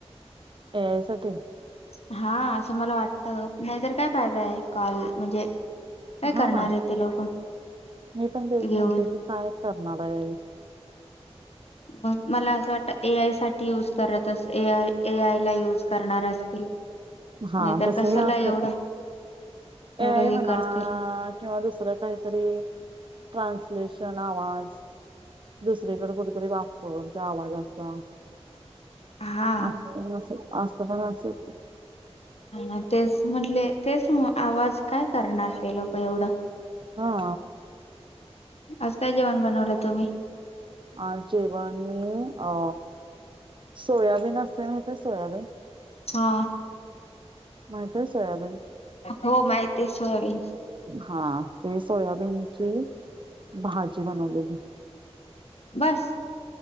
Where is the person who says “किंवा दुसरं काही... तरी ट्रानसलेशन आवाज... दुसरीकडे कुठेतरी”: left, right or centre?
Right